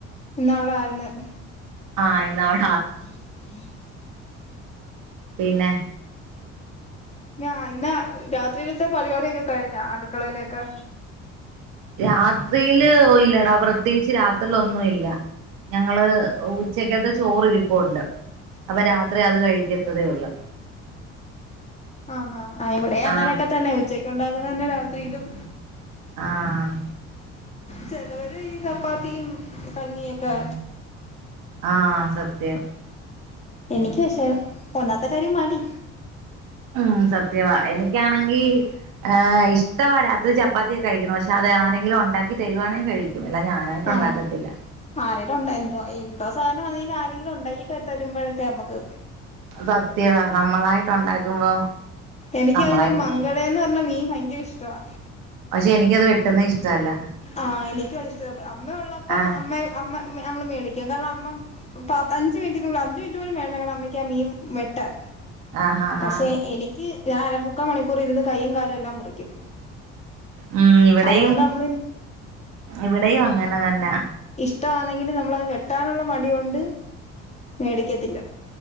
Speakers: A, on the left; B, on the right.
A: ഇന്ന് അവടെ ആണ്ന്ന്
B: ആ ഇന്നവൾ
A: ീർ <unintelligible>
B: പിന്നെ
A: ഞാ ഇന്ന രാത്രിയിലത്തെ പരിപാടിയൊക്കെ കഴിഞ്ഞാ അടുക്കളയിലൊക്കെ?
B: രാത്രിയില് ഇല്ലടാ പ്രത്യേകിച്ച് രാത് ലോന്നും ഇല്ല. ഞങ്ങള് ഉച്ചക്കത്തെ ചോറി ഇരിപ്പുണ്ട്. അപ്പൊ രാത്രി അത് കഴിക്കത്തതേ ഉള്ളോ
A: ആ ങ്ങാ ആ ഇവിടെ അങ്ങനെയൊക്കെ
B: ആഹ്
A: തന്നെ ഉച്ചക്ക് ഉണ്ടാകുന്ന തന്നെ രാത്രിയിലും
B: ആഹ്
A: ചിലവര് ഈ ചപ്പാത്തിയും കഞ്ഞിയൊക്കെ
B: ആഹ സത്യം
A: എനിക്ക് പക്ഷേ ഒന്നാത്തെ കാര്യം മടി
B: ഉം സത്യവാ എനിക്കാണെങ്കി ഹ് ഇഷ്ടവാ രാത്രി ചപ്പാത്തിയൊക്കെ കഴിക്കുന്നു പക്ഷെ അത് ആ എന്തെങ്കിലൊണ്ടാക്കി തരുവാണെ കഴിക്കും. അല്ലാതെ ഞാനായിട്ട്
A: ആഹു
B: ഉണ്ടാക്കത്തില്ല
A: ആരെലും ഉണ്ടോ എന്തോ എന്തോസ് സാനോന്നീല് ആരെങ്കിലൊണ്ടാക്കി ക തരുമ്പോഴൊക്കെ നമുക്ക്
B: സത്യതാ നമ്മളായിട്ട് ഉണ്ടാക്കുമ്പോ
A: എനിക്ക്
B: നമ്മളായിട്ട്
A: അതിലെ മങ്കടേന്ന് പറഞ്ഞ മീൻ ഭയങ്കര ഇഷ്ടവാ
B: പക്ഷെ എനിക്കത് വെട്ടുന്ന ഇഷ്ടല്ല
A: ആഹ എനിക്കും അതിഷ്ട അമ്മ ഉള്ളപ്പോ
B: ആഹ്
A: അമ്മ അമ്മ നമ്മള് മേടിക്കും കാരണം അമ്മ പത്ത് അഞ്ച് മിനിറ്റിനുള്ള അഞ്ച് മിനിറ്റ് പോലും വേണ്ട ഞങ്ങടെ അമ്മക്ക് ആ മീൻ വെട്ടാൻ
B: ആഹ് ആഹ്
A: പക്ഷെ
B: ആഹ്
A: എനിക്ക് ഞാൻ അരമുക്കാ മണിക്കൂർ ഇരുന്ന് കൈയും കാലും എല്ലാം മുറിക്കും
B: ഉം ഇവിടെയും
A: അതുകൊണ്ട് നമ്മള്
B: ഇവിടെയും അങ്ങനെ തന്നാ
A: ഷ്ടാണെകില് നമ്മള്ത് വെട്ടാനുളള മടി കൊണ്ട് മേടിക്കതിലാ